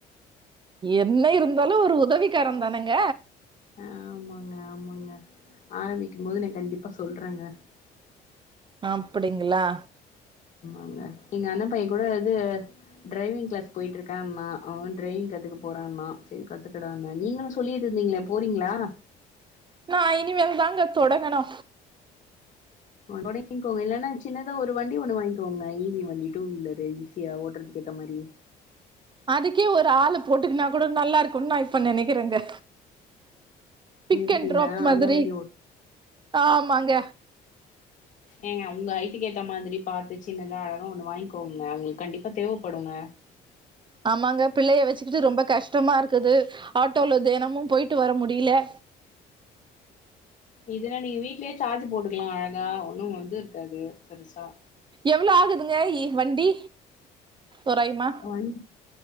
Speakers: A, on the right (about 30°); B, on the left (about 50°).
A: என்ன இருந்தாலு ஒரு உதவிக்கர தானங்க
B: ஆமாங்க ஆமாங்க ஆரமிக்கும்போது நா கண்டிப்பா சொல்றேங்க
A: அப்புடிங்ளா
B: அண்ண எங்க அண்ணன் பைய கூட இது டிரைவிங் க்ளாஸ் போயிட்ருக்கன்ணா அவன் டிரைவிங் கத்துக்க போறான்னா செரி கத்துக்கடான்ன நீங்களு சொல்லிட்ருந்தீங்ளே போறீங்ளா
A: நா இனிமேல் தாங்க தொடங்கனு
B: தொடங்கிக்கோங்க இல்லன்னா சின்னதா ஒரு வண்டி ஒண்ணு வாங்கிக்கோங்க இவி வண்டி டூ வீலரு ஈஸியா ஓட்டுறதுக்கு ஏத்த மாதிரி
A: அதுக்கே ஒரு ஆளு போட்டுக்கனா கூட நல்லா இருக்கு நா இப்ப நினைக்கிறேங்க பிக்
B: எதுக்குங்க
A: அண்ட் டிராப் மாரி
B: அந்த வண்டி ஓ
A: ஆமாங்க
B: ஏங்க உங்க ஹைட்டுக்கேத்த மாரி பாத்து சின்னதா அழகா ஒண்ணு வாங்கிக்கோங்க உங்களுக்கு கண்டிப்பா தேவைப்படுங்க
A: ஆமாங்க பிள்ளைய வச்சுக்கிட்டு ரொம்ப கஷ்டமா இருக்குது ஆட்டோல தினமு போயிட்டு வர முடியல
B: இதுன்னா நீங்க வீட்லயே சார்ஜ் போட்டுக்கலா அழகா ஒண்ணு வந்து இருக்காது பெருசா
A: எவ்வளோ ஆகுதுங்க ஈ வண்டி தோராயமா
B: ஒன்